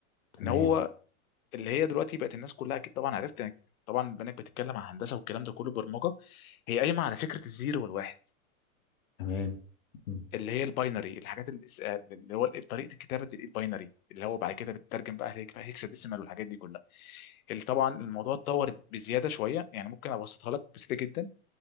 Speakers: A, on the left; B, on the left.
A: تمام
B: ان هو اللي هي دلوقتي بقت الناس كلها اكيد طبعا عرفت يعني طبعا البنات بتتكلم عن هندسه والكلام ده كله برمجه هي قايمه على فكره الزيرو والواحد
A: تمام مم.
B: اللي هي الباينري الحاجات اللي اللي هو طريقه كتابه الباينري اللي هو بعد كده بتترجم بقى هيك- هيكساديسيمال والحاجات دي كلها اللي طبعا الموضوع اتطور بزياده شويه يعني ممكن ابسطها لك بسيطه جدا